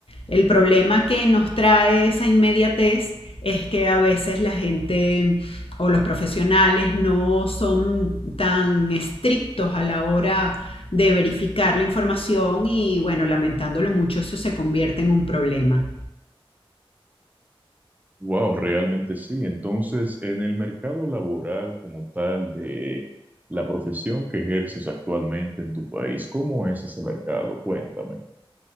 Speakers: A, on the left; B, on the right.
A: El problema que nos trae esa inmediatez es que a veces la gente o los profesionales no son tan estrictos a la hora de verificar la información y bueno, lamentándolo mucho, eso se convierte en un problema.
B: Wow, realmente sí. Entonces, en el mercado laboral como tal de la profesión que ejerces actualmente en tu país, ¿cómo es ese mercado? Cuéntame.